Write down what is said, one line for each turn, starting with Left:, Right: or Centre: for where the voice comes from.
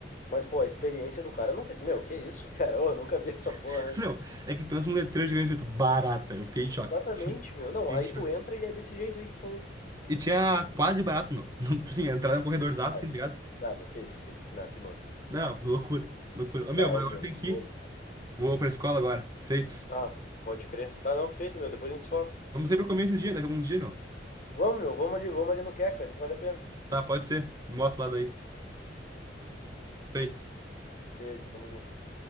Left: mas, pô, a experiência do cara não tem. Meu, que isso, <laughs> cara? Ô, eu nunca vi essa porra
Right: <laughs>
Left: antes.
Right: Não, é que pensa um letreiro gigante escrito barata, eu fiquei em choque.
Left: Exatamente,
Right: <laughs>
Left: meu. Não,
Right: Fiquei
Left: aí
Right: em choque.
Left: tu entra e é desse jeito aí que tu falou.
Right: E tinha quadro de barata, meu. <laughs> Tipo assim, entrar no corredorzaço,
Left: Não,
Right: assim, tá ligado?
Left: não, meu, que isso, que isso? Não, que nojo.
Right: Não, loucura, loucura. Ô,
Left: Não,
Right: meu, mas agora
Left: meu,
Right: tem
Left: que
Right: que
Left: nojo,
Right: ir.
Left: cara.
Right: Vou pra escola agora, feito.
Left: Ah, pode crer. Tá, não, feito, meu. Depois a gente se fala.
Right: Vamos ter pra comer esse dia, daqui a alguns dias, meu.
Left: Vamos, meu, vamos ali, vamos ali no Queca, ali vale a pena.
Right: Tá, pode ser. Me mostra lá daí. feito
Left: Eita, tamo junto.